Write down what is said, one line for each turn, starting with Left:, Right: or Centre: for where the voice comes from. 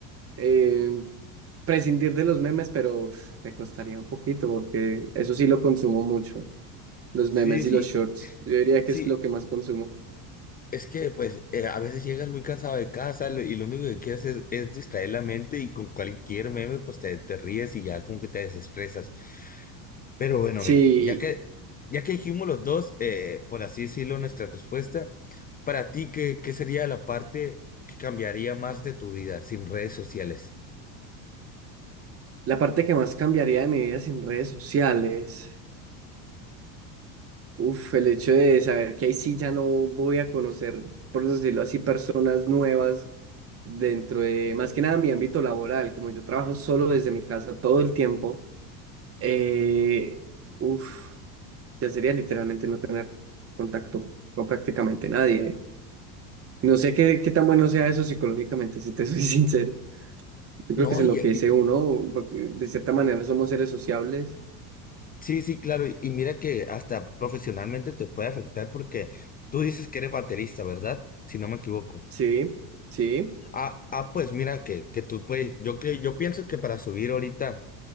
Right: eh, prescindir de los memes, pero me costaría un poquito porque eso sí lo consumo mucho, los
Left: sí,
Right: memes
Left: sí,
Right: y los shorts. Yo diría
Left: sí,
Right: que es lo que más consumo.
Left: Es que pues eh, a veces llegas muy cansado de casa lo- y lo único que quieres es, es distraer la mente y con cualquier meme pues te, te ríes y ya como que te desestresas. Pero bueno,
Right: Sí,
Left: mira, ya que, ya que dijimos los dos, eh, por así decirlo, nuestra respuesta, para ti, ¿qué, qué sería la parte que cambiaría más de tu vida sin redes sociales?
Right: la parte que más cambiaría de mi vida sin redes sociales, uf, el hecho de saber que ahí sí ya no voy a conocer, por decirlo así, personas nuevas dentro de, más que nada, mi ámbito laboral, como yo trabajo solo desde mi casa todo el tiempo Eh, uf, ya sería literalmente no tener contacto con prácticamente nadie. ¿eh? No sé qué, qué tan bueno sea eso psicológicamente, si te soy <laughs> sincero. Yo creo
Left: No,
Right: que es en
Left: y,
Right: lo que dice
Left: y-
Right: uno, porque de cierta manera somos seres sociables.
Left: sí, sí, claro, y, y mira que hasta profesionalmente te puede afectar porque tú dices que eres baterista, ¿verdad? Si no me equivoco.
Right: Sí, sí.
Left: Ah, ah, pues mira que, que tú puedes, yo creo, yo pienso que para subir ahorita